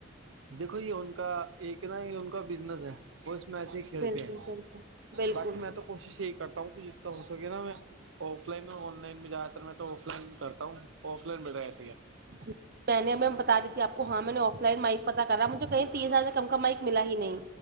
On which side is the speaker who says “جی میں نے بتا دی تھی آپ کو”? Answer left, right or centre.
Right